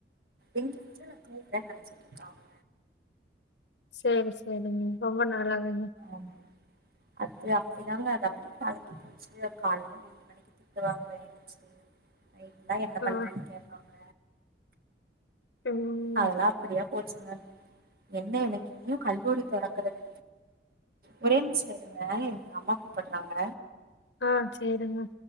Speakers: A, on the right (about 55°); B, on the left (about 65°).
A: எங்க வீட்ல நா தூங்குறேன்னு நினைச்சிட்டு இருக்காங்க
B: சேரி சேரிங்க ரொம்ப நல்லாருக்
A: ஆமா அது அப்டிதாங்க அது அப்டி பழகி போச்சுங்க காலையில <inaudible> நைட்லா என்ன பண்றேன்னு
B: ஆ,
A: கேட்பாங்க
B: ம்.
A: அதலா அப்டியா போச்சுங்க என்ன எனக்கு இன்னு கல்லூரி தெறக்கலங்க ஒரே நிம்ஷ இருங்க எங்க அம்மா கூப்பறாங்க
B: ஆ சேரிங்க